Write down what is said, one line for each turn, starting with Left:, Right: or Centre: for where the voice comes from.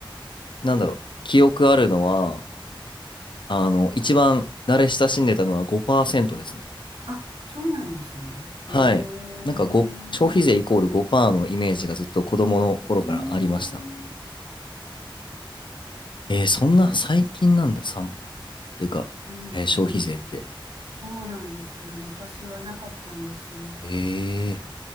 Left: なんだろう、記憶あるのは、あの、一番慣れ親しんでたのは5%ですね。
Right: あ、そうなんですね。
Left: はい。
Right: へえ。う
Left: なんか5、消費税イコール5%のイメージがずっと子供の頃からありました。
Right: ーん。はい。あ、
Left: えー、そんな最近なんだ、
Right: それ、
Left: 3パー。てか、
Right: うん。
Left: えー消費税って。
Right: そうなんですよ。昔はなかったんですよ。
Left: ええ